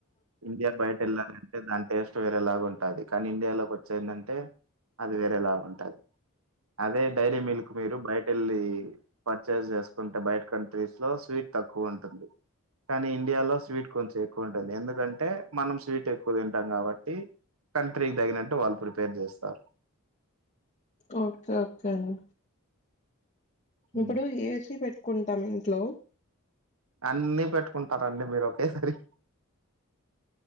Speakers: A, on the right; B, on the left.
A: ఇండియాన్ బయట వెళ్ళాలంటే దాని టేస్ట్ వేరేలాగా ఉంటది కానీ ఇండియాలో చ్చయిందంటే అది వేరేలాగా ఉంటది అదే డైరీ మిల్క్ మీరు బ్రయటెళ్ళి పర్చేస్ చేసుకుంటే బయట కంట్రీస్ లో స్వీట్ తక్కువ ఉంటుంది కానీ ఇండియాలో స్వీట్ కొంచెం ఎక్కువ ఉంటుంది ఎందుకంటే మనం స్వీట్ ఎక్కువ తింటాం కాబట్టి కంట్రీకి తగినట్టు వాళ్ళు ప్రిపేర్ చేస్తారు
B: ఓకే ఓకే అండీ ఇప్పుడు
A: ఉమ్.
B: ఏసి పెట్ కుంటాం ఇంట్లో
A: అన్ని పెట్టుకుంటారండి మీరు ఒకేసారి